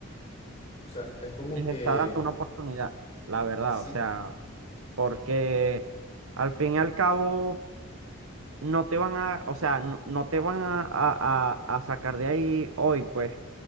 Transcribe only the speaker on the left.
O sea, es como
que
sí,